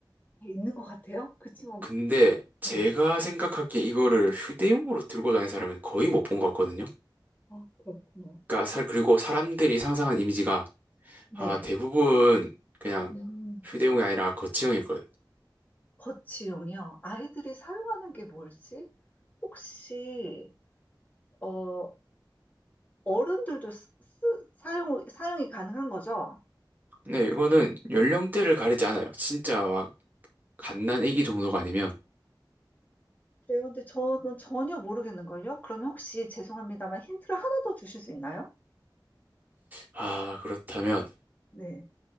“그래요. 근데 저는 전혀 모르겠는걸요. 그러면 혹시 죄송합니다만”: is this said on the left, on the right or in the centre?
Left